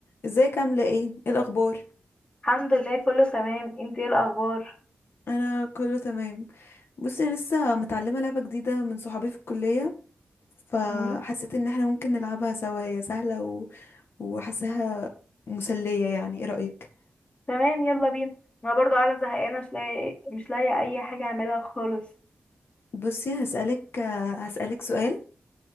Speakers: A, on the left; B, on the left.
A: ازيك عاملة ايه ايه الأخبار
B: الحمد لله كله تمام انت ايه الاخبار
A: أنا كله تمام بصي أنا لسه متعلمة لعبة جديدة من صحابي في الكلية فحسيت
B: مم؟
A: إن احنا ممكن نلعبها سوا هي سهلة و... وحاساها مسلية يعني ايه رأيك
B: تمام يلا بينا انا برضو قاعده زهقانه مش لاقي مش لاقي اي حاجه اعملها خالص
A: بصي هسألك آه، هسألك سؤال